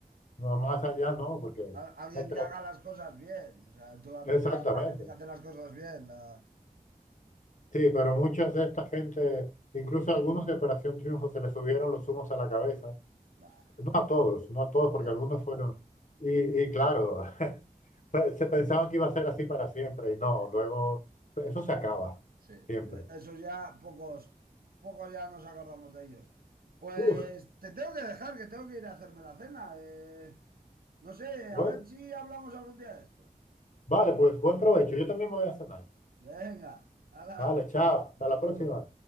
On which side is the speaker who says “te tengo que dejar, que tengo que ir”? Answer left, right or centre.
Right